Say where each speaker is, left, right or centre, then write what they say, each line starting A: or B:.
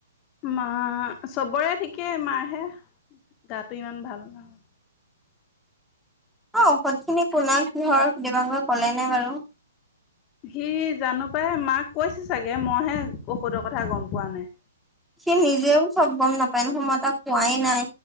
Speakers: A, on the left; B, in the centre.
A: মা, চবৰে ঠিকেই মাৰহে গাটো ইমান ভাল নহয়
B: অ, ঔষধখিনি <unintelligible> দেবাংগই ক'লেনে বাৰু।
A: সি জানো পাই মাক কৈছে চাগে, মইহে ঔষধৰ কথা গম পোৱা নাই।
B: সি নিজেও চব গম নাপায়। <unintelligible> সময় তাক কোৱাই নাই,